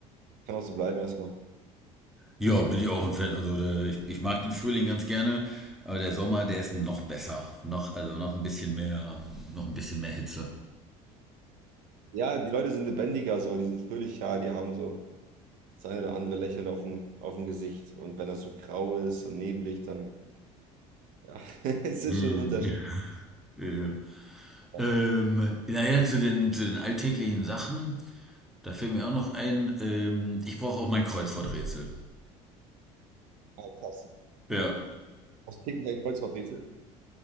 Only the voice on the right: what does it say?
Kann auch so bleiben erstmal.
Ja, die Leute sind lebendiger so, die sind fröhlicher, die haben so. das eine oder andere Lächeln auf dem, auf dem Gesicht. Und wenn das so grau ist und neblig, dann, ja, <laughs> es ist
schon ein Unterschied.
Ja,
ah, krass.
Hast du täglich ein Kreuzworträtsel?